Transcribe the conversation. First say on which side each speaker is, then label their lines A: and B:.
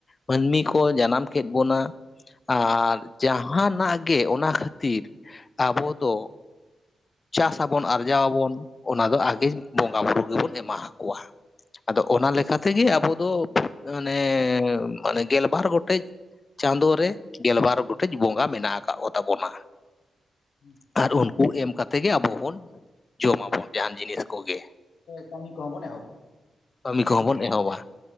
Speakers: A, on the left (about 40°); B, on the left (about 75°).
A: ᱢᱟᱹᱱᱢᱤ ᱠᱚ ᱡᱟᱱᱟᱢ ᱠᱮᱫ ᱵᱚᱱᱟ᱾ ᱟᱨ ᱡᱟᱦᱟᱱᱟᱜ ᱜᱮ ᱚᱱᱟ ᱠᱷᱟᱹᱛᱤᱨ ᱟᱵᱚ ᱫᱚ ᱪᱟᱥ ᱟᱵᱚᱱ ᱟᱨᱡᱟᱣ ᱟᱵᱚᱱ ᱚᱱᱟ ᱫᱚ ᱟᱜᱮ ᱵᱚᱸᱜᱟ ᱵᱩᱨᱩ ᱜᱮᱵᱚᱱ ᱮᱢᱟ ᱦᱟᱠᱚᱣᱼᱟ᱾ ᱟᱫᱚ ᱚᱱᱟ ᱞᱮᱠᱟ ᱛᱮᱜᱮ ᱟᱵᱚ ᱫᱚ ᱢᱟᱱᱮ ᱢᱟᱱᱮ ᱜᱮᱞᱵᱟᱨ ᱜᱚᱴᱮᱡ ᱪᱟᱸᱫᱳ ᱨᱮ ᱜᱮᱞᱵᱟᱨ ᱜᱚᱴᱮᱡ ᱵᱚᱸᱜᱟ ᱢᱮᱱᱟᱜ ᱠᱟᱜ ᱠᱚ ᱛᱟᱵᱚᱱᱟ᱾
B: <unintelligible>
A: ᱟᱨ ᱩᱱᱠᱩ ᱮᱢ ᱠᱟᱛᱮ ᱜᱮ ᱟᱵᱚ ᱦᱚᱸᱵᱚᱱ ᱡᱚᱢᱟᱵᱚᱱ ᱡᱟᱦᱟᱸᱱ ᱡᱤᱱᱤᱥ᱾ ᱠᱚᱜᱮ
B: <inaudible> ᱠᱟᱹᱢᱤ ᱠᱚᱦᱚ ᱵᱚᱱ ᱮᱦᱚᱵᱟ᱾
A: ᱠᱟᱹᱢᱤ ᱠᱚᱦᱚᱸ ᱵᱚᱱ ᱮᱦᱚᱵᱟ᱾